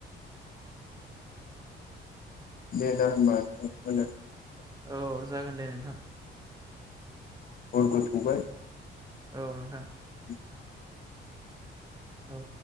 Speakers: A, on the left (about 45°); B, on the right (about 20°).
A: <unintelligible>
B: औ जागोन दे नोंथां।
A: हरबो थौबाय।
B: औ नोंथां।
A: औ।
B: औ।